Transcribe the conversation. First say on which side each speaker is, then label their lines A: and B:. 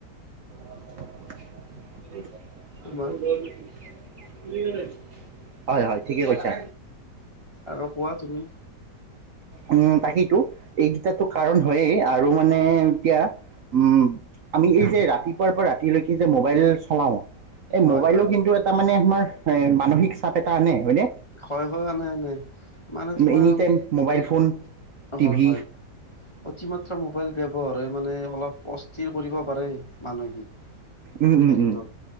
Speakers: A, on the right (about 55°); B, on the left (about 20°).
A: <unintelligible>
B: তোমাৰ
A: হয়, হয়! ঠিকে কৈছা।
B: আৰু কোৱা তুমি?
A: উম, তাকেইতো! এইকেইটা কাৰণ হৈয়েই। আৰু মানে এতিয়া, উম! আমি এই যে, ৰাতিপুৱাৰ পৰা ৰাতিলৈকে যে, মোবাইল চলাওঁ। এই,
B: হয়
A: মোবাইলো
B: হয়
A: কি ন্তু, এটা মানে, আমাৰ মানসিক চাপ এটা আনে, হয়নে?
B: হয়, হয়, আনে-আনে। মানে, তোমাৰ
A: এনি টাইম মোবাইল ফোন
B: অ'হ'
A: টিভি
B: হয়। অতিমাত্ৰ মোবাইল ব্যৱহাৰে মানে, অলপ অস্থিৰ কৰিব পাৰে, মানসিক
A: উম উম
B: সেৰিটো।
A: উম